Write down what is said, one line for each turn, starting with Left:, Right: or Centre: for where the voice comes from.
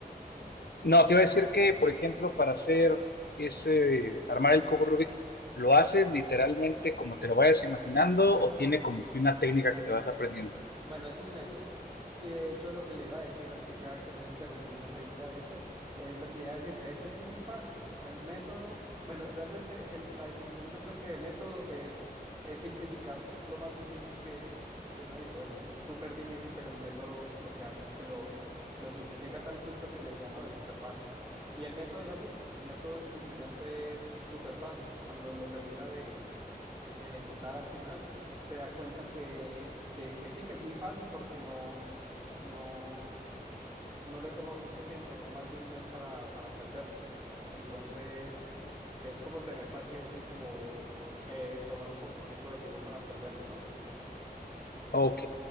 Left: No, te iba a decir que, por ejemplo, para hacer ese, armar el cubo Rubik, ¿lo haces literalmente como te lo vayas imaginando o tiene como que una técnica que te vas aprendiendo?
Right: Bueno, es un método. Y de hecho lo que le iba a decir ahorita que nos <laughs> interrumpimos ahí un pedacito, es lo que le iba a decir. De hecho es muy fácil. O sea, el método, bueno, realmente el- la definición yo creo que de método es, es simplificar lo más difícil que, que uno dice, bueno, es súper difícil, pero el método lo que hace es que lo, lo simplifica a tal punto que uno diga, no, es súper fácil. Y el método es así. El método en principiante es súper fácil. Cuando lo termina de ejecutar al final, se da cuenta que, que, que sí, que es muy fácil porque no, no, no le toma mucho tiempo, no más de un mes para, para aprenderlo. Entonces, es como tener paciencia y como eh, tomar un poquitico de tiempo para aprenderlo, ¿no?
Left: Ok.